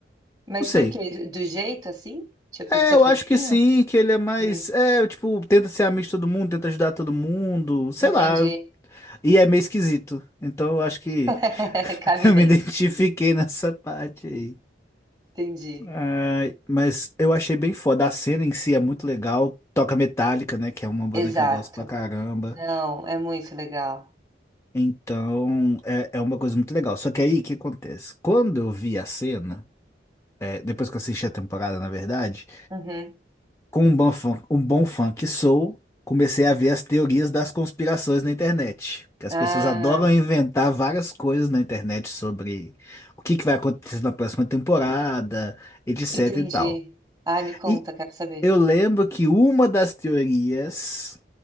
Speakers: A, on the right; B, on the left.
A: Mas
B: Não sei.
A: por quê? Do jeito assim? Tipo,
B: É,
A: de ser
B: eu
A: fofinho?
B: acho que sim, que ele é mais.
A: Hum,
B: É, tipo, tenta ser amigo de todo mundo, tenta ajudar todo mundo, sei
A: entendi.
B: lá. E é meio esquisito. Então eu acho que
A: <laughs>
B: <laughs>
A: Cabe
B: eu me
A: bem.
B: identifiquei nessa parte aí.
A: Entendi.
B: Ai, mas eu achei bem foda. A cena em si é muito legal. Toca Metallica, né? Que é uma banda
A: Exato.
B: que eu gosto pra caramba.
A: Não, é muito legal.
B: Então é, é uma coisa muito legal. Só que aí o que acontece? Quando eu vi a cena, é, depois que eu assisti a temporada, na verdade.
A: Uhum.
B: Com um bom fã, um bom fã que sou, comecei a ver as teorias das conspirações na internet. Que as
A: Ah,
B: pessoas adoram inventar várias coisas na internet sobre o que que vai acontecer na próxima temporada, etc
A: entendi.
B: e tal.
A: Ai, me conta,
B: E
A: quero saber.
B: eu lembro que uma das teorias